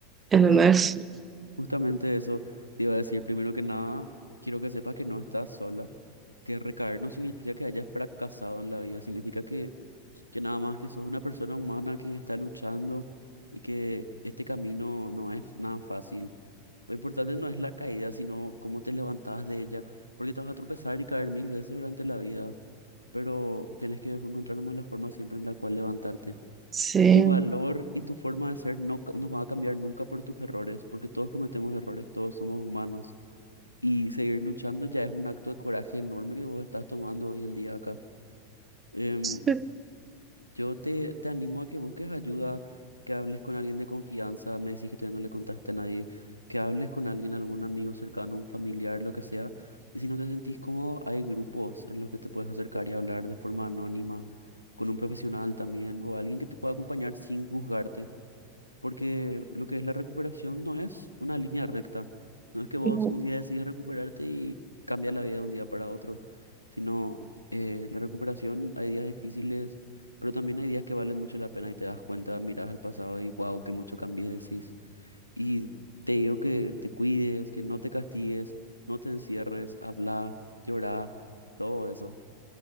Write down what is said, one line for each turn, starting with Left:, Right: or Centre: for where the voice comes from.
Right: ¿Entendés?
Left: Sí, justamente eso te iba a decir. Primero que nada, quiero que sepas que no estás sola, que recaer no significa que hayas fracasado en la vida, significa que que nada más que sos una persona humana que está luchando y que este camino no es nada fácil. Lo importante no es la caída, sino cómo te levantabas de ella, porque te vas a tropezar y caer mil veces durante la vida, pero tenés que encontrar nomás la forma siempre en la cual levantarte.
Right: Sí.
Left: Tu valor y tu forma de ser no, ca- no van a cambiar nunca por tus errores, porque todos cometemos errores, todos somos humanos. Y seguir luchando ya es un acto de coraje enorme que vos estás tomando hoy en día acá. Em,
Right: Sí.
Left: yo te, te animo a que busques ayuda, que hables con alguien de confianza, me decís que todavía no le contaste a nadie, que hables con alguien, algún amigo cercano, un familiar, lo que sea. Y si no te sentís cómodo, hay grupos en los que te puedes acercar y hablar de forma anónima, con un profesional también, o alguien que te pueda acompañar sin juzgarte porque lo que es la recuperación no es una línea recta. No es que vos
Right: no.
Left: un día decides recuperarte y cambias la vida de un día para otro, sino eh, la recuperación, hay días difíciles, pero también hay días que valen mucho la pena y te das cuenta, miras al pasado y wow, que mucho cambié, decís. Y te digo que te cuides, que no te castigues, no te encierres, habla, llora, todo eso.